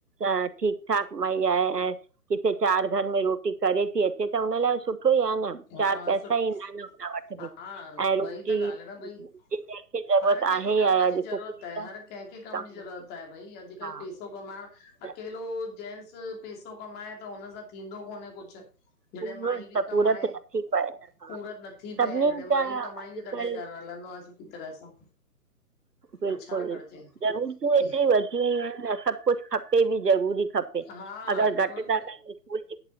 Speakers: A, on the right (about 80°); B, on the left (about 20°).
A: अ ठीकु ठाक मई आहे ऐं किथे चारि घर में रोटी करे थी अचे त हुन लाइ सुठो ई आ न।
B: हा,
A: चारि पैसा
B: सुठ,
A: ईंदा आहिनि हुन वटि
B: हा
A: बि ऐं
B: ऊई
A: रोटी
B: त ॻाल्हि न भई।
A: जी जंहिंखे ज़रूरत
B: हर कंहिंखे
A: आहे ई
B: कम
A: आहे अॼु
B: जी ज़रूरत
A: छोकिरी
B: आहे,
A: त
B: हर कंहिंखे कम जी
A: में
B: ज़रूरत
A: थी
B: आहे भई, अॼुकल्ह
A: हा
B: पैसा पैसो कमाइण,
A: त
B: अकेलो जेंट्स पैसो, कमाए त हुन सां थींदो कोन्हे कुछ। जॾहिं
A: पूरो
B: माई बि
A: त
B: कमाए,
A: पूरत नथी पए न। हा
B: पूरत नथी
A: सभिनीनि
B: पए, जॾहिं
A: जा
B: माई कमाईंदी
A: अॼुकल्ह
B: तडह घर ह हलंदो आ सुठी तरह सां।
A: बिल्कुलु,
B: पर छा करिजे
A: ज़रूरतूं इते
B: की
A: वधी वयूं आहिन, सभु कुछु खप ते बि ज़रूरी खपे,
B: हा
A: अगरि
B: जेको
A: घटि था कयू स्कूल जी